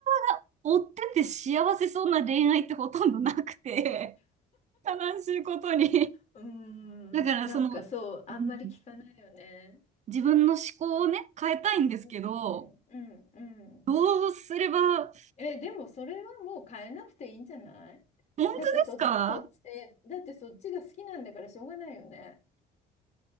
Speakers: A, on the right; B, on the left.
A: 側が追ってて幸せそうな恋愛ってほとんどなくて、悲しいことに。
B: ーん、
A: だからその、
B: なんかそう、あんまり聞かないよね。
A: うん、自分の思考をね、変えたいんですけど、
B: うん、うん、うん、うん。
A: どうすれば、
B: え、でもそれはもう変えなくていいんじゃない
A: 本当ですか
B: だってそ、そっち、えだってそっちが好きなんだからしょうがないよね。